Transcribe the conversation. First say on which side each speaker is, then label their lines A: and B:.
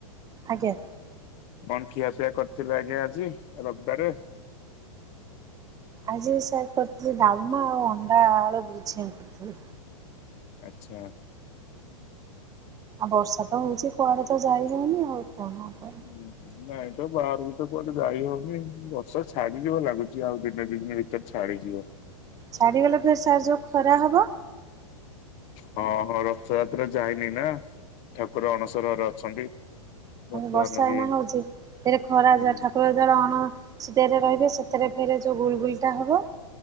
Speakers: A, on the right (about 20°); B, on the left (about 35°).
A: ଆଜ୍ଞା।
B: କଣ ଖିଆପିଆ କରିଥିଲେ ଆଜ୍ଞା ଆଜି ରବିବାରେ?
A: ଆଜି ବି ସାର୍ କରିଥିଲି ଡାଲମା ଆଉ ଅଣ୍ଡା ଆଳୁ ବୁଝିଆ କରିଥିଲି।
B: ଆଛା।
A: ଆଉ ବର୍ଷା ତ ହଉଛି କୁଆଡେ ତ ଯାଇ ହଉନି ଆଉ କଣ କ
B: ହୁଁଁ ହୁଁ। ନାଇଁ ତ ବାହାରୁ ବି ତ କୁଆଡେ ଯାଇ ହଉନି ଏ ବର୍ଷ ଛାଡିଯିବା ଲାଗୁଚି ଆଉ ଦିନେ ଦି ଦିନ ଭିତରେ ଛାଡିଯିବ।
A: ଛାଡ଼ିଗଲେ ଫେର୍ ସାର ଯୋଉ ଖରା ହେବ।
B: ହଁ ହଁ ରଥଯାତ୍ରା ଯାଇନି ନା। ଠାକୁର ଅଣସର ଘରେ ଅଛନ୍ତି ବର୍ତ୍ତମାନ
A: ବର୍ଷା
B: ବି
A: ଏଇନା ହଉଛି ଏରେ ଖରା
B: ହୁଁ
A: ଯା ଠାକୁର ଳଳେ ଅଣ ସଦେଇରେ ରହିବେ ସେଥିରେ ଫେରେ ଯୋଉ ଗୁଲ ଗୁଲଟା ହବ